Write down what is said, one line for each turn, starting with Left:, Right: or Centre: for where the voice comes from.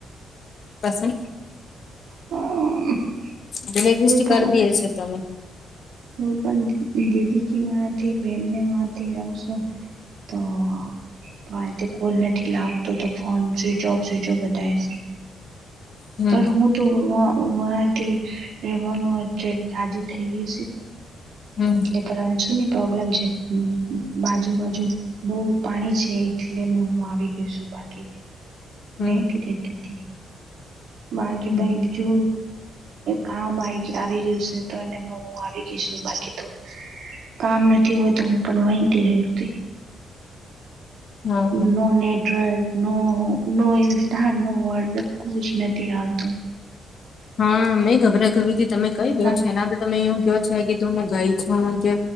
Left: પસ દને
Right: હું
Left: બ્લેક કરી
Right: પણ
Left: દેએ છે તમે.
Right: <unintelligible> હા. પણ કોલ નથી લાગતો તો ફોનબ જો બતા છે.
Left: હમ
Right: પણ હુ. <unintelligible> રાજી થઈએ
Left: હમ્મ.
Right: પણ શું ની પ્રોબ્લેમ છે બાજુ બાજુ બઉ પાણી છે એટલે હું આવી ગય છું બાકી.
Left: હમ
Right: વહત રતી હતી માગે
Left: હમ
Right: બહેલી જો કામ આવી ગયું છે તો એ હું આવી ગઈ છું બાકી તો કામ નથી હોય તો હું પણ વહીતી રહ્યો
Left: હા
Right: no network. No no Insta no WhatsApp કોું જ નથી આવતો
Left: હા મેં ગભરાગરીથી તમે કઈ ગયો
Right: ના
Left: છે એના તો તમે એવું કયો છે કે તું હું ગઈ છું કે.